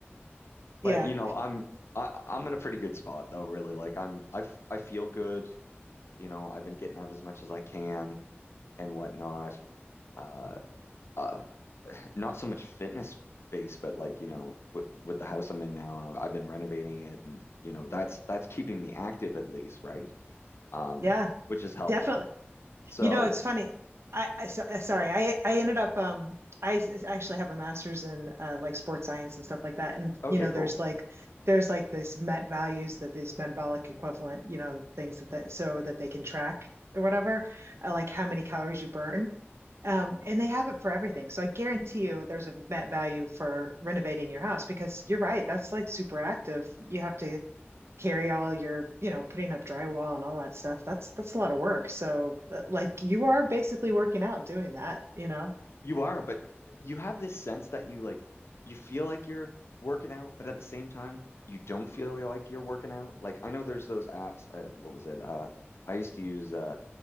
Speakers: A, on the left; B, on the right.
A: but
B: Yeah,
A: you know, I'm I I'm in a pretty good spot though, really. Like I'm I f- I feel good. You know, I've been getting out as much as I can and whatnot. Uh, uh not so much fitness based, but like, you know, with, with the house I'm in now, I've, I've been renovating it and, you know, that's that's keeping me active at least, right? Um,
B: yeah,
A: which is helpful.
B: definitely.
A: So,
B: You know, it's funny. I, I so, uh, sorry. I I ended up um I actually have a master's in uh, like sports science and stuff like that. And
A: okay,
B: you know,
A: cool.
B: there's like there's like this met values that these metabolic equivalent, you know, things that that so that they can track or whatever, uh, like how many calories you burn. Um, and they have it for everything. So I guarantee you there's a met value for renovating your house because you're right, that's like super active. You have to carry all your, you know, putting up drywall and all that stuff. That's that's a lot of work. So uh, like you are basically working out doing that, you know?
A: You are, but you have this sense that you like you feel like you're working out, but at the same time, you don't feel like you're working out. Like I know there's those apps, uh, what was it? Uh, I used to use uh,